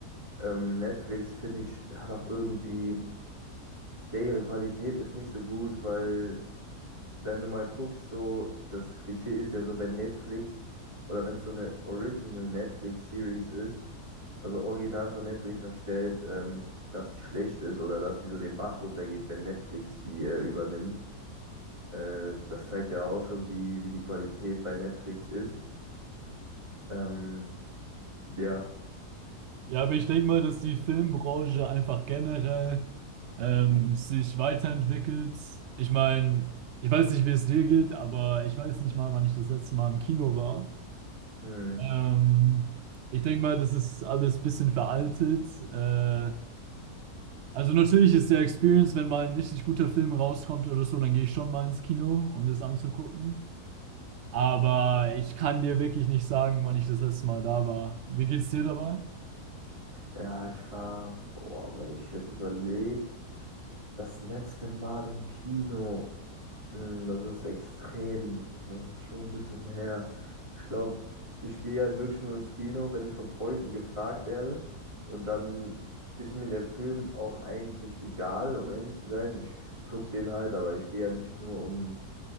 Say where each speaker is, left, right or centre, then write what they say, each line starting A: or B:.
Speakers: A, on the right; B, on the right.
A: Ähm, Netflix, finde ich, hat auch irgendwie, ja, ihre Qualität ist nicht so gut, weil wenn du mal guckst, so, das Klischee ist ja so, wenn Netflix oder wenn es so eine Original Netflix-Series ist, also original von Netflix erstellt, ähm, dass die schlecht ist oder dass die so den Bach runtergeht, wenn Netflix die äh, übernimmt. Äh, das zeigt ja auch schon, wie, wie die Qualität bei Netflix ist. Ähm, ja,
B: Ja, aber ich denke mal, dass die Filmbranche einfach generell ähm, sich weiterentwickelt. Ich meine, ich weiß nicht, wie es dir geht, aber ich weiß nicht mal, wann ich das letzte Mal im Kino war.
A: hm.
B: Ähm, ich denke mal, das ist alles ein bisschen veraltet. Äh, also natürlich ist der Experience, wenn mal ein richtig guter Film rauskommt oder so, dann gehe ich schon mal ins Kino, um das anzugucken. Aber ich kann dir wirklich nicht sagen, wann ich das letzte Mal da war. Wie geht's dir dabei?
A: Ja, ich war, boah, wenn ich jetzt überlege, das letzte Mal im Kino, hm, das ist extrem, das ist schon ein bisschen her. Ich glaube, ich gehe halt wirklich nur ins Kino, wenn ich von Freunden gefragt werde. Und dann ist mir der Film auch eigentlich egal, um ehrlich zu sein. Ich gucke den halt, aber ich gehe an sich nur, um